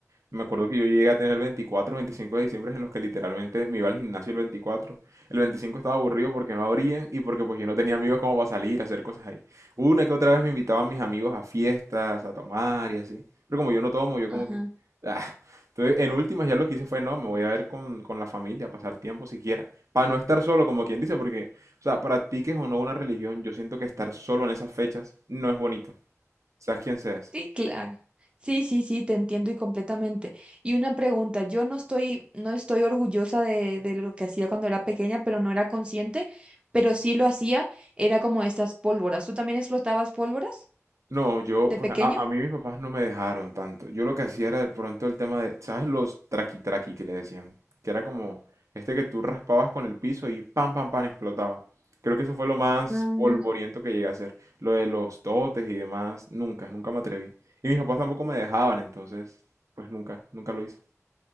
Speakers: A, on the right (about 75°); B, on the right (about 20°).
A: Me acuerdo que yo llegué a tener 24, 25 de diciembre en los que literalmente me iba al gimnasio el veinticuatro, El 25 estaba aburrido porque no abrían y porque pues yo no tenía amigos como para salir a hacer cosas ahí. Una que otra vez me invitaban mis amigos a fiestas, a tomar y así. Pero como yo no tomo, yo
B: Ajá.
A: como que... ah. Entonces, en últimas ya lo que hice fue, no, me voy a ver con, con la familia, pasar tiempo siquiera. Para no estar solo, como quien dice, porque, o sea, practiques o no una religión, yo siento que estar solo en esas fechas no es bonito. Seas quien seas.
B: Sí, claro. Sí, sí, sí, te entiendo y completamente. Y una pregunta, yo no estoy, no estoy orgullosa de, de lo que hacía cuando era pequeña, pero no era consciente, pero sí lo hacía, era como estas pólvoras. ¿Tú también explotabas pólvoras
A: No, yo,
B: de
A: pues
B: pequeño?
A: a, a mí mis papás no me dejaron tanto. Yo lo que hacía era de pronto el tema de, ¿sabes? Los traqui traqui que le decían, que era como este que tú raspabas con el piso y pam, pam, pam, explotaba. Creo que eso fue lo más
B: Mm,
A: polvoriento que llegué a hacer. Lo de los totes y demás, nunca, nunca me atreví. Y mis papás tampoco me dejaban, entonces, pues nunca, nunca lo hice.